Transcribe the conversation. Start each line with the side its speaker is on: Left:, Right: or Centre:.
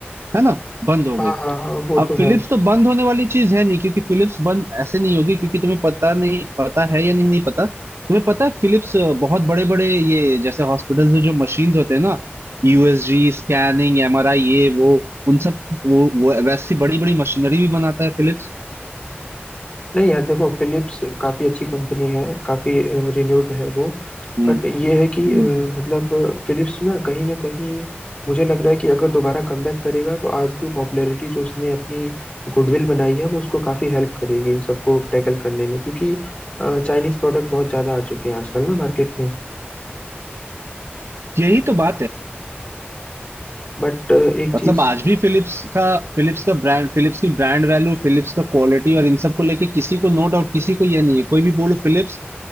Right: है ना बंद हो
Left: हाँ
Right: गई
Left: हाँ वो
Right: अब
Left: तो
Right: फिलिप्स
Left: है
Right: तो बंद होने वाली चीज है नहीं क्योंकि फिलिप्स बंद ऐसे नहीं होगी क्योंकि तुम्हें पता नहीं पता है या नहीं नहीं पता तुम्हें पता है फिलिप्स बहुत बड़े बड़े ये जैसे हॉस्पिटल्स में जो मशीन्स होते हैं ना यूएसजी स्कैनिंग एमआरआई ये वो उन सब वो, वो वैसी बड़ी बड़ी मशीनरी भी बनाता है फिलिप्स
Left: नहीं यार देखो फिलिप्स काफी अच्छी कंपनी है काफी रिन्यूड है वो
Right: हम्म
Left: बट ये है कि
Right: हम्म
Left: अ, मतलब फिलिप्स ना कहीं ना कहीं मुझे लग रहा है कि अगर दोबारा कमबैक करेगा तो आज भी पॉपुलैरिटी जो उसने अपनी गुडविल बनाई है वो उसको काफी हेल्प करेगी इन सबको टैकल करने में क्योंकि चाइनीज प्रोडक्ट बहुत ज्यादा आ चुके हैं आजकल ना मार्केट में
Right: यही तो बात है
Left: बट एक
Right: मतलब
Left: चीज
Right: आज भी फिलिप्स का फिलिप्स का ब्रांड फिलिप्स की ब्रांड वैल्यू फिलिप्स का क्वालिटी और इन सब को लेके किसी को नो डाउट किसी को ये नहीं है कोई भी बोलो फिलिप्स